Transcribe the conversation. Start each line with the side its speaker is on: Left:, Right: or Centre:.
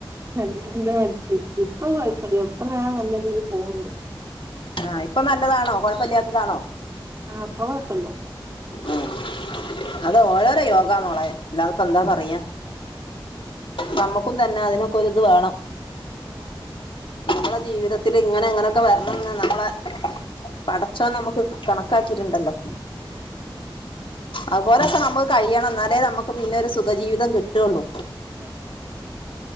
Right: കണ്ട് കണ്ട് മട്ത്ത് ഇപ്പൊ കോഴപ്പില്ല ഇപ്പൊ ഞാൻ നല്ലതീൽ പോവണ്ട്.
Left: ആഹ് ഇപ്പൊ നല്ലതാണോ, കൊഴപ്പല്ല്യാത്തതാണോ?
Right: ആഹ് പ്പ കൊയപ്പല്യ
Left: ഉം അത് ഓരോരോ യോഗാമോളെ അല്ലാതപ്പ ന്താ പറയാ നമ്മുക്കും തന്നെ അതിനൊക്കെ ഒര് ഇത് വേണം.
Right: ആഹ്
Left: നമ്മളെ ജീവിതത്തിൽ ഇങ്ങനെ ങ്ങനെയൊക്കെ വരണന്ന് നമ്മളെ പടച്ചോൻ നമുക്ക് കണക്കാക്കിട്ടുണ്ടല്ലോ.
Right: അ
Left: അതുപോലൊക്കെ നമ്മു കഴിയണം എന്നാലേ നമുക്ക് പിന്നെ ഒരു സുഖജീവിതം കിട്ടുള്ളൂ.
Right: ആഹ്